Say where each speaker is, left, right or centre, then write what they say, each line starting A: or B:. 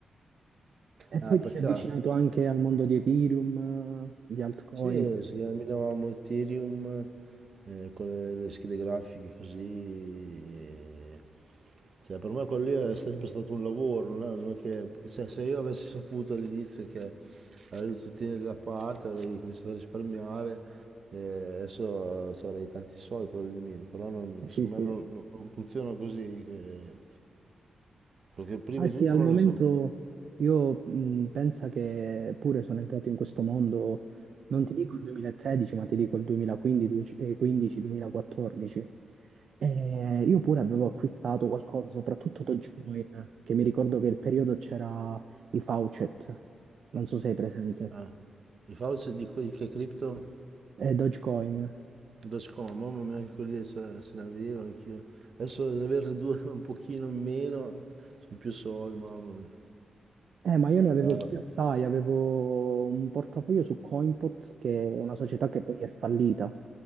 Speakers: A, on the right; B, on the right.
A: E poi
B: Ah, peccato.
A: ti sei avvicinato anche al mondo di Ethereum, eh, di altcoin.
B: Sì, si camminavamo Ethereum eh, con le, le schede grafiche così. eh. Cioè, per me quello lì è sempre stato un lavoro, non è, non è che, cioè, se io avessi saputo all'inizio che avrei dovuto tenere da parte, avrei cominciato a risparmiare, eh, adesso avrei tanti soldi probabilmente, però non,
A: Sì,
B: secondo
A: sì.
B: me non, non- non funziona così, che- perché prima
A: Ah sì,
B: di tutto
A: al
B: non
A: momento
B: lo so.
A: io mh, pensa che pure sono entrato in questo mondo, non ti dico il 2013, ma ti dico il 2015-2014. E io pure avevo acquistato qualcosa, soprattutto Dogecoin, che mi ricordo che il periodo c'era i Faucet, non so se hai presente,
B: Eh, i Fauci dico di que- che cripto?
A: e Dogecoin.
B: Da scomodo, ma anche lì se, se ne avevo anch'io. Adesso ad averne due <laughs> un pochino in meno, sono più soldi, mamma mia.
A: Eh, ma io ne avevo
B: Eh,
A: proprio assai, avevo un portafoglio su Coinpot, che è una società che poi è fallita,